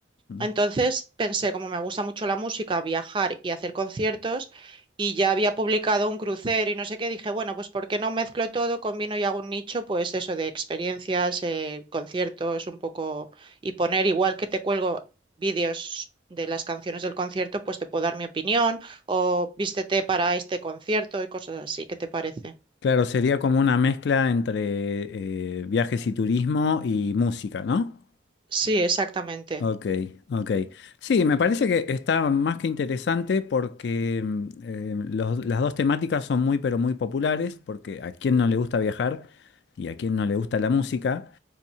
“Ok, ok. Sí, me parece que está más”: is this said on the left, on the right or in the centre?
Left